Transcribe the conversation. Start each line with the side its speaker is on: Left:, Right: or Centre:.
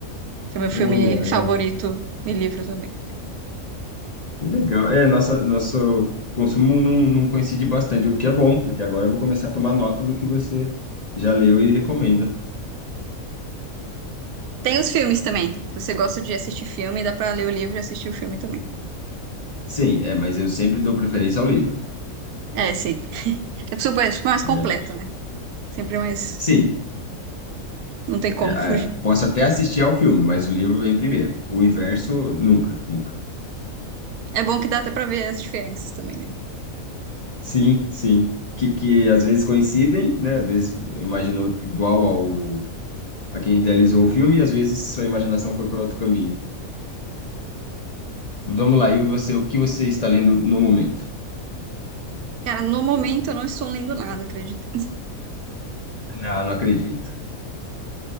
Right: que é meu filme
Left: Olha,
Right: favorito e livro também.
Left: Legal. É, nossa, nosso consumo não, não coincide bastante, o que é bom, porque agora eu vou começar a tomar nota do que você já leu e recomenda.
Right: Tem os filmes também. Se você gosta de assistir filme, dá pra ler o livro e assistir o filme também.
Left: Sim, é, mas eu sempre dou preferência ao livro.
Right: É, sim. É super, é super mais completo,
Left: É,
Right: né? Sempre mais.
Left: sim,
Right: Não tem como
Left: é,
Right: fugir.
Left: é, posso até assistir ao filme, mas o livro vem primeiro. O inverso, nunca, nunca.
Right: É bom que dá até pra ver as diferenças também, né?
Left: Sim, sim. Que, que às vezes coincidem, né? Às vezes imaginou igual ao a quem idealizou o filme, e às vezes sua imaginação foi para outro caminho. Vamos lá, e você, o que você está lendo no momento?
Right: Cara, no momento eu não estou lendo nada, acredito.
Left: Não, não acredito.